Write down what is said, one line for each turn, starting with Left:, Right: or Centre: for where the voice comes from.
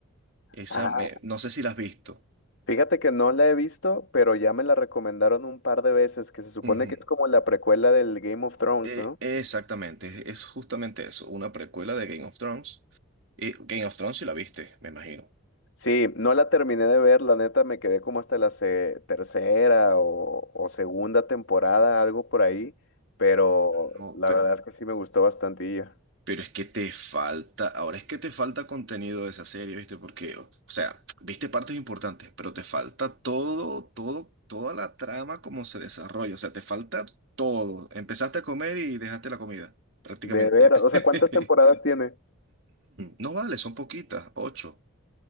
Right: Esa
Left: Ah,
Right: me, no sé si la has visto.
Left: Fíjate que no la he visto, pero ya me la recomendaron un par de veces, que se supone
Right: Ujú.
Left: que es como la precuela del Game of Thrones,
Right: Eh,
Left: ¿no?
Right: exactamente, es justamente eso, una precuela de Game of Thrones. Eh, Game of Thrones si la viste, me imagino.
Left: Sí, no la terminé de ver, la neta me quedé como hasta la se- tercera o, o segunda temporada, algo por ahí, pero
Right: No,
Left: la
Right: pero,
Left: verdad es que sí me gustó bastante.
Right: Pero es que te falta, ahora es que te falta contenido de esa serie, ¿viste? Porque, o o sea, viste partes importantes, pero te falta todo, todo, toda la trama como se desarrolla, o sea, te falta todo. Empezaste a comer y dejaste la comida, prácticamente.
Left: De ver, o
Right: <laughs>
Left: sea, ¿cuántas temporadas tiene?
Right: No vale, son poquitas, ocho.